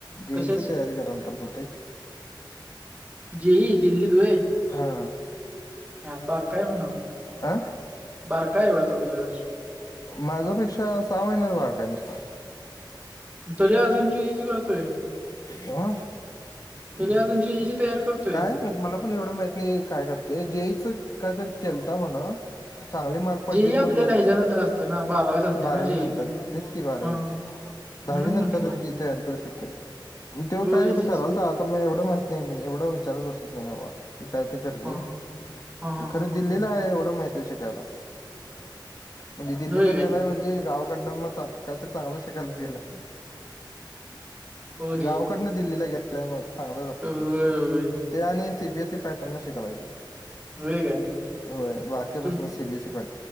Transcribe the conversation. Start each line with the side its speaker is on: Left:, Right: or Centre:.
Left: जे
Right: कशाची
Left: ई तयारी करालता बहुतेक.
Right: जी ई दिल्लीत वय.
Left: हा.
Right: आत बारका हाय म्हणाव
Left: अ
Right: बारका आहे वाढतो तुझ्यापेक्ष.
Left: माझ्यापेक्षा सहा महिन्याच बारका आहे नुसता.
Right: तरी अजून जी ई जी करतोय?
Left: हो.
Right: तरी अजून जे ई जी तयार करतोय?
Left: काय माहित मला पण एवढं माहीत नाही आहे काय करते जेई चा कायतर केलता म्हणा. चांगले मार्क पडलेच
Right: जेई आपल्याला
Left: म देल्ली
Right: ह्याच्यानंतर असते ना बारावीत असते
Left: बारावी
Right: ना जेई
Left: नंतर
Right: म्हणून
Left: तेच की बारावीच.
Right: हा
Left: दहावी
Right: म्हणून
Left: नंतरच
Right: म्हटलं
Left: की तयारी. करू शकतेय त्यो
Right: होय
Left: काय तर
Right: तेच
Left: करायलता आता मी एवढं माहित नाही मी एवढं विचारत बसत नाही बाबा. ते काय तर करतय
Right: हा हा हा
Left: खरं
Right: हा
Left: दिल्लीला
Right: हा ह
Left: हाय एवढं माहतीयं शिकायला. म्हणजे दिल्लीला
Right: होय काय
Left: गेलाय म्हणजे गावकडनं मग चा काय तर चांगलं शिकायलाच गेलाय. <inaudible>
Right: हो हे
Left: गावकडनं दिल्लीला गेलाय मग. चांगलंच असेल
Right: होय
Left: की
Right: होय
Left: ते आणि C B S E pattern शिकालाय त्यो.
Right: व्हय काय?
Left: होय बारक्यापासन
Right: तुम
Left: सी बी एस ई पॅ